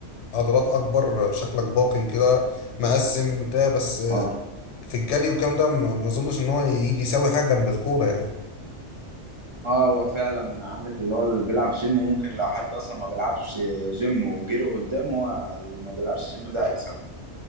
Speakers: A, on the left (about 75°); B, on the right (about 35°).
A: عضلات اكبر شكلك بالكن كده مقسم بتاع بس آه،
B: اه
A: في الجري والكلام ده ما ما اظنش ان هو يجي يساوي حاجه جنب الكوره يعني
B: اه هو فعلا عندك اللي هو اللي بيلعب جيم ممكن لو حد اصلا ما بيلعبش جيم وجري قدامه هو اللي ما بيلعبش جيم ده هيكسبه